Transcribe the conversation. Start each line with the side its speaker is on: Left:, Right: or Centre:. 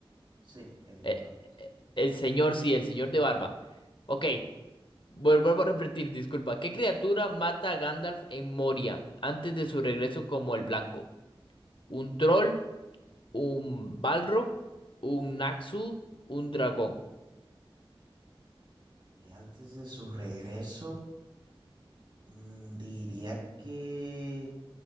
Right: Sí, el
Left: Eh,
Right: mago. sí.
Left: el señor, sí, el señor de barba. Ok, vuel- vuelvo a repetir, disculpa. ¿Qué criatura mata a Gandalf en Moria antes de su regreso como el blanco? ¿Un troll? ¿Un Balrog? ¿Un Naxu? ¿Un dragón?
Right: Y antes de su regreso, mm, diría que